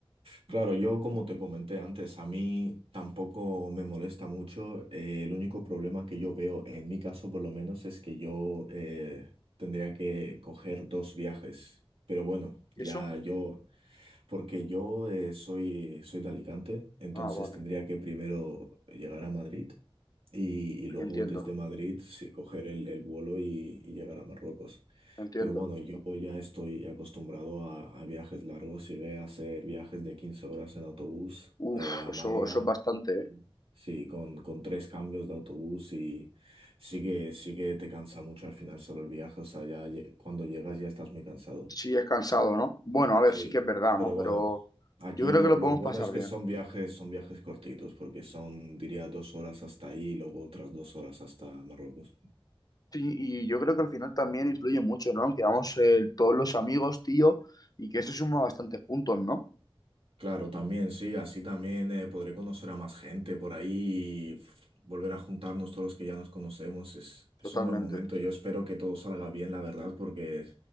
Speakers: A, on the right; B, on the left.
A: Claro, yo como te comenté antes, a mí tampoco me molesta mucho. Eh, el único problema que yo veo, en mi caso por lo menos, es que yo eh, tendría que coger dos viajes. Pero bueno,
B: ¿Y
A: ya
B: eso?
A: yo, porque yo eh, soy, soy de Alicante, entonces
B: Ah, vale,
A: tendría que primero llegar a Madrid y, y luego
B: entiendo,
A: desde Madrid sí coger el, el vuelo y, y llegar a Marruecos.
B: entiendo.
A: Pero bueno, yo ya estoy acostumbrado a, a viajes largos. Llegué a hacer viajes de 15 horas en autobús
B: Uf,
A: eh, a
B: eso,
A: Málaga.
B: eso es bastante, ¿eh?
A: Sí, con, con tres cambios de autobús y sí que, sí que te cansa mucho al final solo el viaje. O sea, ya lle- cuando llegas ya estás muy cansado.
B: Sí, es cansado, ¿no? Bueno, a ver,
A: Sí,
B: sí que es verdad,
A: pero
B: ¿no?
A: bueno,
B: Pero
A: aquí
B: yo creo
A: lo,
B: que lo
A: lo
B: podemos
A: bueno
B: pasar
A: es que
B: bien.
A: son viajes, son viajes cortitos, porque son, diría, dos horas hasta ahí y luego otras dos horas hasta Marruecos.
B: Sí, y yo creo que al final también influye mucho, ¿no? Que vamos eh, todos los amigos, tío, y que eso suma bastantes puntos, ¿no?
A: Claro, también, sí, así también eh, podré conocer a más gente por ahí y pf, volver a juntarnos todos los que ya nos conocemos. Es, es
B: Totalmente,
A: un buen momento. Yo espero que todo salga bien, la verdad, porque